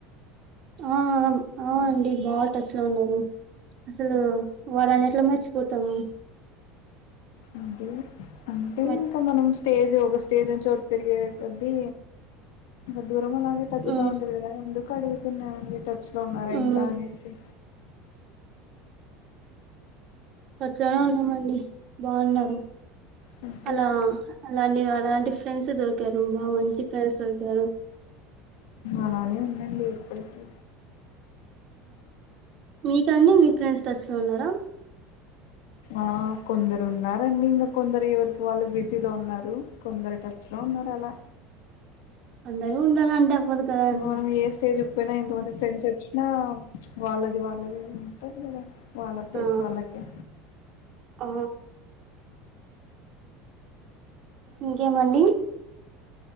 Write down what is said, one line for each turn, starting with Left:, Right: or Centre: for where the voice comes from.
Right: ఆ అవును ఆ అండి బాగ టచ్ లో ఉన్నారు అసలు వాళ్ళన్ని ఎట్లా మర్చిపోతాము
Left: వద్దు అంటే
Right: మ
Left: ఇంకా మనం స్టేజ్ ఒక స్టేజ్ నుంచి ఒకటి పెరిగే కొద్దీ ఇంకా దూరం మనే <unintelligible> తగ్గుతా
Right: మ్మ్
Left: ఉంది కదా అందుకు కడగు తున్నారు <unintelligible> మచ్చుగా ఉన్నారా
Right: మ్మ్
Left: ఇంకా అనేసి
Right: చాల ఉన్నామండి బాగున్నారు
Left: సంతోషం
Right: అలా అలానే వార్ అలాంటి ఫ్రెండ్స్ దొరికారు బాగా మంచి ఫ్రెండ్స్ దొరికారు.
Left: అలానే ఉందండి ఎప్పటికి
Right: మీకండి మీ ఫ్రెండ్స్ టచ్ లొ ఉన్నారా
Left: ఆ కొందరు ఉన్నారండి ఇంకా కొందరు ఎవరికి వాళ్ళు బిజీలో ఉన్నారు. కొందరు టచ్ లో ఉన్నారు అలా
Right: అందరు ఉండాలంటే అవ్వదు కదా అండి
Left: మనం ఏ స్టేజ్ పోయినా ఎంతమంది ఫ్రెండ్స్ వచ్చినా వాళ్ళది వాళ్ళదే ఉంటాది కదా వాళ్ళ ఫేస్
Right: ఆ
Left: వాళ్ళకే
Right: ఆ ఇంకేం అండి